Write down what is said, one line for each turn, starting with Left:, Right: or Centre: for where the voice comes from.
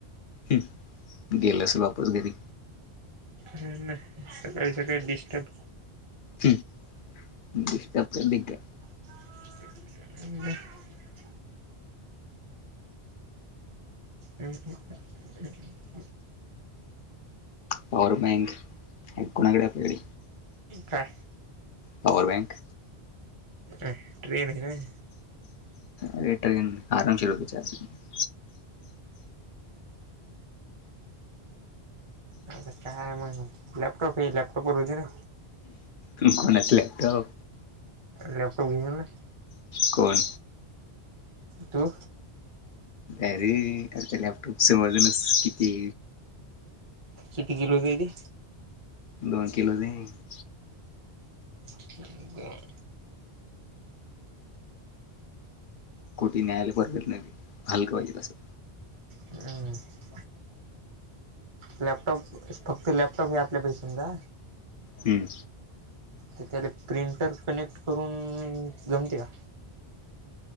Left: हम्म गेलं असल वापस घरी.
Right: हम्म ना सकाळी सकाळी डिस्टर्ब.
Left: हम्म डिस्टब करली का?
Right: <unintelligible> हम्म <unintelligible> <unintelligible>
Left: पॉवर बँक, हाय कोणाकडे आपल्याकडे?
Right: का?
Left: पॉवर बँक
Right: अ ट्रेन <unintelligible> काय.
Left: अरे ट्रेन आरामशीर होती. <unintelligible>
Right: अ काय मग, लॅपटॉप हे लॅपटॉप वर होती ना.
Left: कोणाचं लॅपटॉप?
Right: लॅपटॉप घिल ना?
Left: कोण?
Right: तु?
Left: अरे, खर तर लॅपटॉपच वजनच किती.
Right: किती किलोच हाय ते?
Left: दोन किलो <unintelligible>
Right: हम्म बर.
Left: कोटी न्यायालय परवत नाही ते, हलकं पाहिजे तसं.
Right: ह. लॅपटॉप, फक्त लॅपटॉप हे आपल्या पै समजा..
Left: हम्म.
Right: तर त्याला प्रिंटर कनेक्ट करून, जमते का?